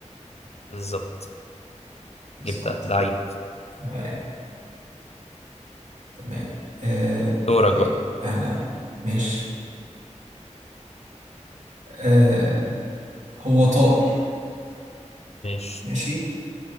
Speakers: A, on the left (about 55°); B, on the right (about 70°).
A: بالظبط
B: بالظبط
A: جبتها لعيب
B: كده تمام تمام آه
A: دورك
B: طيب
A: بقى
B: أنا ماشي آه هو طائر
A: ماشي
B: ماشي